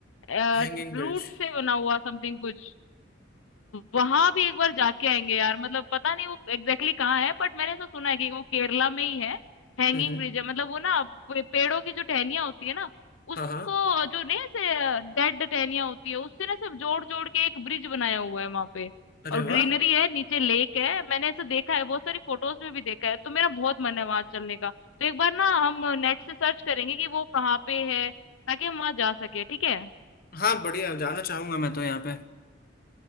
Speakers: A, on the left (about 85°); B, on the left (about 50°).
A: रूट
B: हैंगिंग ब्रिज
A: से बना हुआ समथिंग कुछ वहां भी एक बार जाके आएंगे यार मतलब पता नहीं वो एग्जैक्टली exactly कहाँ है बट मैंने ऐसा सुना है कि वो केरला में ही है हैंगिंग
B: हम्म
A: ब्रिज है मतलब वो ना पे- पेड़ों की जो टहनियां होती है ना उसको
B: हाँ हाँ
A: जो नहीं ऐसे डेड टहनियां होती है उससे ना सब जोड़ जोड़ के एक ब्रिज बनाया हुआ है वहां पे
B: अरे
A: और ग्रीनरी
B: वाह
A: है नीचे लेक है मैंने ऐसे देखा है बहुत सारी फोटोज में भी देखा है तो मेरा बहुत मन है वहां चलने का तो एक बार ना हम नेट से सर्च करेंगे कि वो कहाँ पे है ताकि हम वहां जा सके ठीक है
B: हाँ बढ़िया जाना चाहूंगा मैं तो यहाँ पे